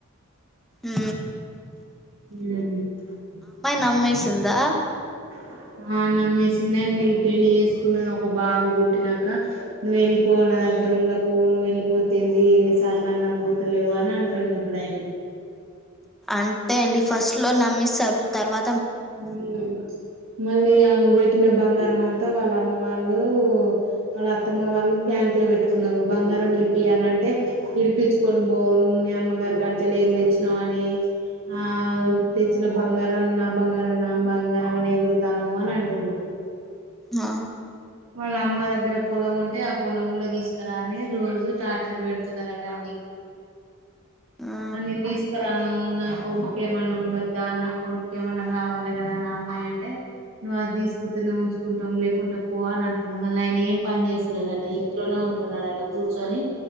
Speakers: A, in the centre; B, on the right.
A: అ
B: హ
A: నమ్మేసిందా
B: ఆ నమ్మేసిందండి పెళ్లిి చేసుకున్నది ఒక బాబు పుట్టినాక నువ్వు వెళ్ళిపో నా దగ్గర ఉండకు నువ్వు వెళ్ళిపోతుంది ఎన్నిసార్లు అన్నా పోతలేవు అని అంటుడి ఇప్పుడు ఆయన
A: అంతే అండి ఫస్ట్ లో నమ్మిస్తారు తర్వా
B: మ్మ్ మళ్ళీ ఆ ఆమెకు పెట్టిన బంగారం అంతా వాళ్ళ అమ్మ వాళ్ళు వాళ్ళ అత్తమ్మ వాళ్ళు బ్యాంక్ లో పెట్టుకున్నారు, బంగారం విడిపి అని అంటే విడిపిచ్చుకొని బోవు నువ్వు మీ అమ్మగారికి లచ్చలు ఏం తెచ్చినావు అని ఆ తెచ్చిన బంగారం నా బంగారం బంగారం అనే ఎ గురుతాను అని అంటుర్
A: ఆ
B: వాళ్ళ అమ్మ దగ్గర పొలం ఉంటే ఆ పొలం కూడా తీసుకురాని రోజు టార్చర్ పెడుతున్నారటండి
A: ఆ
B: అనిందిస్కరా ఆ నా కొడుక్కేమన ఉండద్దా నా కొడు ఏమన్నా కావాలి కదా నా అమ్మాయి అంటే నువ్వు అది తీసుకొస్తనే ఉంచుకుంటాం లేకుంటే పో అని అంటున్నావు మళ్ళీ ఆయన ఏం పని చేసలేడట ఇంట్లోనే ఉంటున్నాడట కూర్చొని,